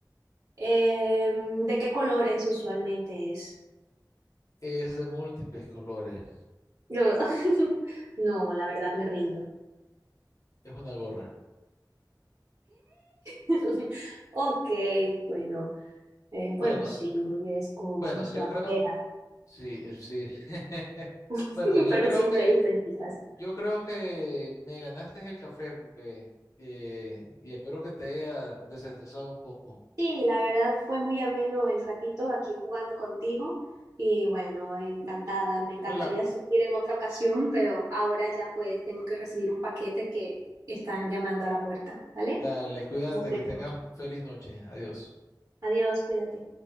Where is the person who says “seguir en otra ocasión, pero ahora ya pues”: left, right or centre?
Right